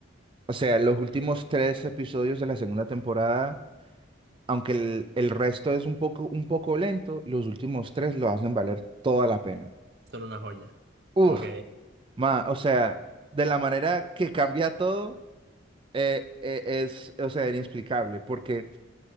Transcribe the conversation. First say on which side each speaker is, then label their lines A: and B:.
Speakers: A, on the right (about 25°); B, on the right (about 55°).
A: o sea, los últimos tres episodios de la segunda temporada, aunque el, el resto es un poco, un poco lento, los últimos tres lo hacen valer toda la pena.
B: son una joya.
A: Uf,
B: Ok,
A: Ma, o sea, de la manera que cambia todo, eh, eh, es, o sea, inexplicable, porque,